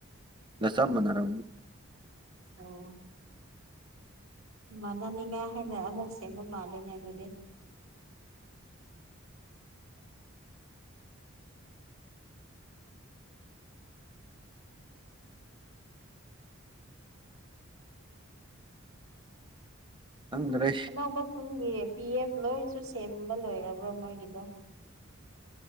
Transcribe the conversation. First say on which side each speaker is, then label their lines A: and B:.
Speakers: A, on the right (about 25°); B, on the right (about 90°).
A: ꯉꯁꯥ ꯃꯅꯥꯔ
B: ꯑꯣ ꯃꯥꯟꯅꯅꯤꯡꯉꯥꯏ ꯍꯥꯏꯅ ꯑꯃꯨꯛ ꯁꯦꯝꯕ ꯃꯥꯂꯅꯦ ꯑꯗꯨꯗꯤ
A: ꯈꯪꯗ꯭ꯔꯦ
B: ꯑ ꯑꯣꯕ ꯁꯨꯨꯡꯦ ꯄꯤ ꯑꯦꯐ ꯂꯣꯏꯁꯨ ꯁꯦꯝꯕ ꯂꯣꯏꯔꯕ꯭ꯔꯣ ꯃꯣꯏꯒꯤꯗꯣ